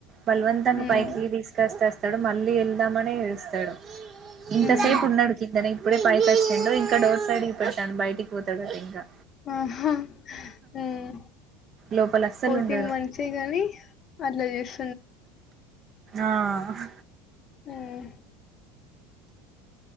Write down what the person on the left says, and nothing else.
హ్మ్.
హ్మ్.
ఆహా ఉమ్
ఫోర్టీన్
మంత్సే గాని అట్లా చేస్
ఆమ్